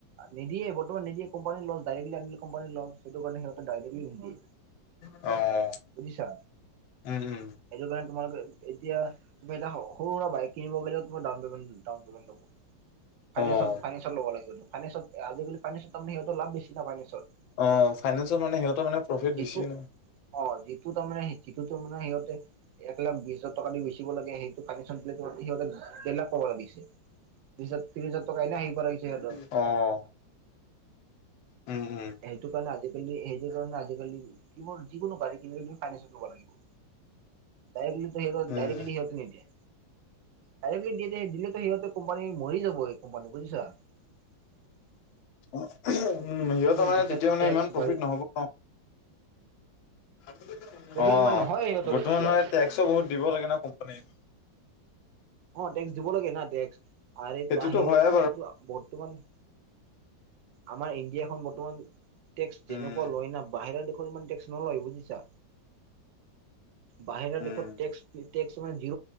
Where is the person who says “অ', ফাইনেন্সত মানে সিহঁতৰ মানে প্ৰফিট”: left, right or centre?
Left